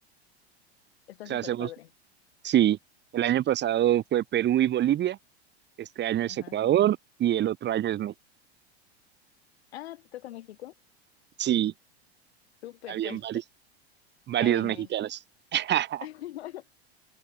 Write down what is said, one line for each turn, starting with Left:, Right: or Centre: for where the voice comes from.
Left: Está
Right: O sea,
Left: súper
Right: hacemos,
Left: padre.
Right: sí, el año pasado fue Perú y Bolivia. Este año es
Left: Ajá.
Right: Ecuador y el otro año es México.
Left: Ah, ¿te toca México?
Right: Sí,
Left: Súper,
Right: habían
Left: pues
Right: varios, varios
Left: cáiganme.
Right: mexicanos. <laughs>
Left: <laughs>